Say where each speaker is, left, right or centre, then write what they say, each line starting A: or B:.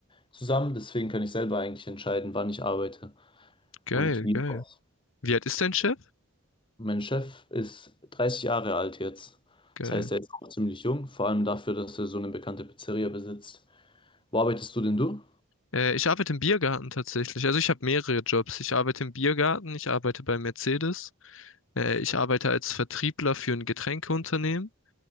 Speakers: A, on the left; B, on the left.
A: zusammen. Deswegen kann ich selber eigentlich entscheiden, wann ich arbeite
B: geil,
A: und wie
B: geil.
A: auch.
B: Wie alt ist dein Chef?
A: Mein Chef ist 30 Jahre alt jetzt.
B: Geil.
A: Das heißt, er ist auch ziemlich jung, vor allem dafür, dass er so eine bekannte Pizzeria besitzt. Wo arbeitest du denn du?
B: Äh, ich arbeite im Biergarten tatsächlich. Also ich habe mehrere Jobs. Ich arbeite im Biergarten, ich arbeite bei Mercedes, äh, ich arbeite als Vertriebler für ein Getränkeunternehmen